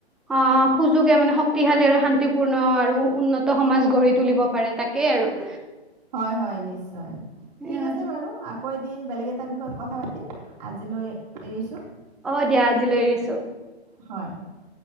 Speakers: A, in the centre; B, on the right.
A: অ সুযোগে মানে শক্তিশালী আৰু শান্তিপূৰ্ণ আৰু উন্নত সমাজ গঢ়ি তুলিব পাৰে তাকেই আৰু।
B: হয় হয় নিশ্চয় ঠিক
A: এয়া,
B: আছে বাৰু আকৌ এদিন বেলেগ এ বিষয় কথা পাতিম। আজিলৈ এৰিছো
A: অ দিয়া আজিলৈ এৰিছো
B: হয়। <unintelligible>